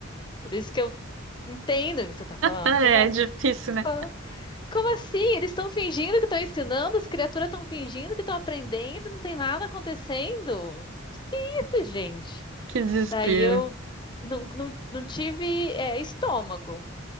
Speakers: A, on the left; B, on the right.
A: Por isso que eu entendo o que você está falando.
B: Ah,
A: Você
B: é
A: fala,
B: difícil,
A: você
B: né?
A: fala, como assim? Eles estão fingindo que estão ensinando, as criaturas estão fingindo que estão aprendendo, não tem nada acontecendo. Que Isso, gente.
B: Que desespero.
A: Daí eu não, não, não tive, é, estômago